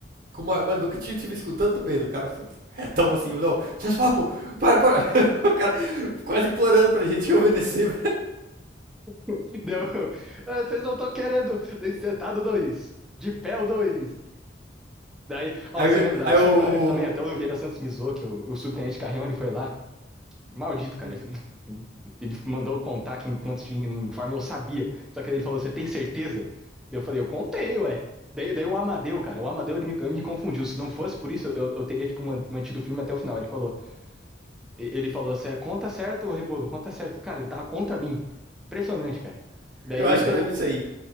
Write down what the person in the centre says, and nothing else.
<laughs> deu, ah, vocês não estão querendo, daí sentado dois, de pé o dois, Daí, ó,
você lembra
da
de
lembra antes também? Até
o Vieira Santos me zoou, que o, o subtenente Carrion, ele foi lá. Maldito, cara.
Assim, ele mandou contar que enquanto tinha informe eu sabia. Só que daí ele falou, você tem certeza? Daí eu falei, eu contei, ué. Daí, daí o Amadeu, cara, o Amadeu ele me, ele me confundiu. Se não fosse por isso, eu, eu teria, tipo, man- mantido o filme até o final. Ele falou, ele falou assim, "É, conta certo, Rebolo, conta certo. Cara, ele tava contra mim. Impressionante, cara. Daí,
daí
eu,